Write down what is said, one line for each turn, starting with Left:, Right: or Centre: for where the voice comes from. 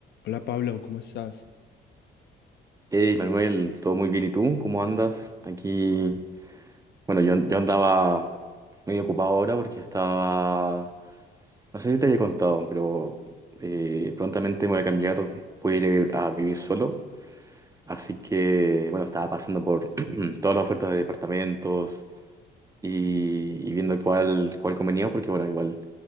Left: Hola Pablo, ¿cómo estás?
Right: Hey Manuel, todo muy bien. ¿Y tú? ¿Cómo andas? Aquí, bueno, yo, yo andaba medio ocupado ahora porque estaba, no sé si te había contado, pero eh, prontamente me voy a cambiar, voy a ir a vivir solo. Así que, bueno, estaba pasando por <clears throat> todas las ofertas de departamentos y, y viendo cuál, cuál convenía, porque, bueno, igual